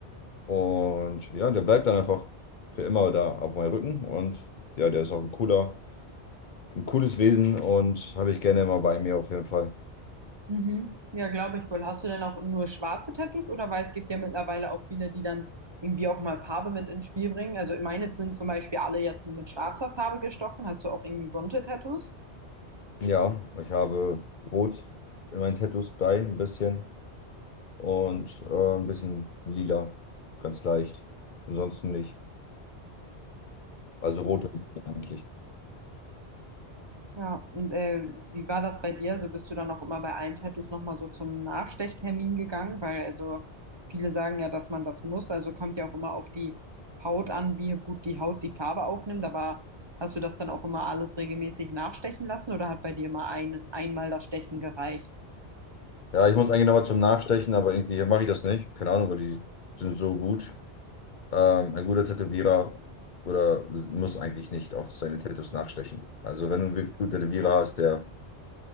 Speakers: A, on the left; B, on the right.
A: Und ja, der bleibt dann einfach für immer da auf meinem Rücken. Und ja, der ist auch ein cooler, ein cooles Wesen und habe ich gerne immer bei mir auf jeden Fall.
B: Mhm. Ja, glaube ich wohl. Hast du denn auch nur schwarze Tattoos oder weil es gibt ja mittlerweile auch viele, die dann irgendwie auch mal Farbe mit ins Spiel bringen. Also meine sind zum Beispiel alle jetzt nur mit schwarzer Farbe gestochen. Hast du auch irgendwie bunte Tattoos?
A: Ja, ich habe Rot in meinen Tattoos bei, ein bisschen. Und äh, ein bisschen lila, ganz leicht. Ansonsten nicht. Also rot und lila eigentlich.
B: Ja, und äh, wie war das bei dir? So bist du dann auch immer bei allen Tattoos nochmal so zum Nachstechtermin gegangen? Weil also viele sagen ja, dass man das muss. Also kommt ja auch immer auf die Haut an, wie gut die Haut die Farbe aufnimmt. Aber hast du das dann auch immer alles regelmäßig nachstechen lassen oder hat bei dir mal ein, einmal das Stechen gereicht?
A: Ja, ich muss eigentlich nochmal zum Nachstechen, aber irgendwie mache ich das nicht. Keine Ahnung, weil die sind so gut. Ähm, ein guter Tätowierer oder muss eigentlich nicht auf seine Tattoos nachstechen. Also wenn du einen wirklich guten Tätowierer hast, der